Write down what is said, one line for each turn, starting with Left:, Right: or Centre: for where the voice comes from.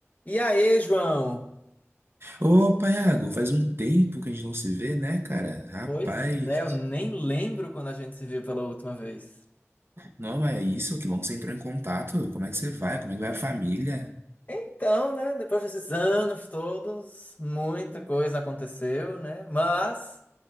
Left: E aí, João?
Right: Opa, Iago, faz um tempo que a gente não se vê, né, cara? Rapaz,
Left: Pois é, eu nem lembro quando a gente se viu pela última vez.
Right: não é isso, que bom que você entrou em contato. Como é que você vai? Como é que vai a família?
Left: Então, né, depois desses anos todos, muita coisa aconteceu, né? Mas